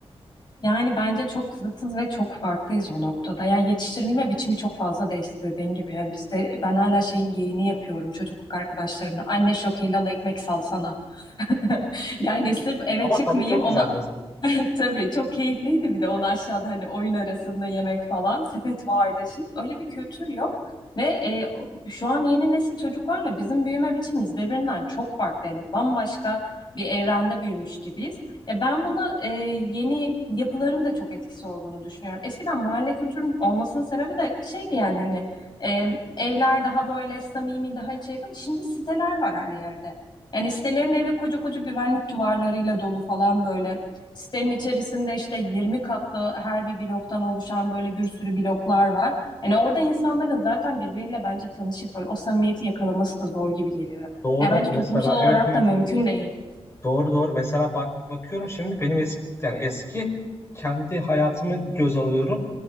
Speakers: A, on the left; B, on the left.
A: Yani bence çok zıtız ve çok farklıyız o noktada. Yani yetiştirilme biçimi çok fazla değişti dediğin gibi. Yani bizde ben hala şeyin geyiğini yapıyorum çocukluk arkadaşlarımla. Anne şok helal ekmek salsana. <laughs>
B: <laughs>
A: Yani
B: Evet.
A: sırf eve
B: Ama
A: çıkmayayım
B: tadı çok
A: ona
B: güzeldi o zaman.
A: <laughs> tabii çok keyifliydi bir de onu aşağıda hani oyun arasında yemek falan sepet vardı. Şimdi öyle bir kültür yok ve e, şu an yeni nesil çocuklarla bizim büyüme biçimimiz birbirinden çok farklı. Yani bambaşka bir evrende büyümüş gibiyiz. Ya ben buna e, yeni yapıların da çok etkisi olduğunu düşünüyorum. Eskiden mahalle kültürünün olmasının sebebi de şeydi yani hani e, evler daha böyle samimi, daha içe yakın. Şimdi siteler var her yerde. Yani sitelerin evi koca koca güvenlik duvarlarıyla dolu falan böyle. Sitenin içerisinde işte 20 katlı her bir bloktan oluşan böyle bir sürü bloklar var. Yani orada insanların zaten birbiriyle bence tanışıp böyle o samimiyeti yakalaması da zor gibi geliyor.
B: Doğru
A: Ya bence toplumsal
B: mesela
A: olarak
B: evet evet.
A: da mümkün değil.
B: Doğru doğru. Mesela bak bakıyorum şimdi benim eski yani eski kendi hayatımı göz alıyorum.